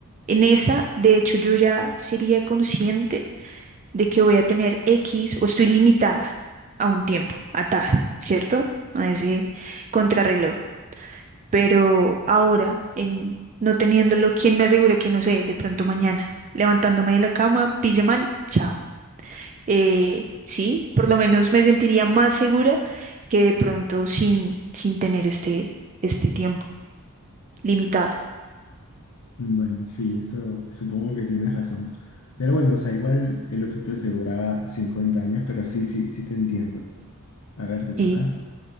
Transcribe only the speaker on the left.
Bueno, sí, eso supongo que tienes razón. Pero bueno, o sea, igual el otro te aseguraba 50 años, pero sí, sí, sí te entiendo. A ver,
te toca.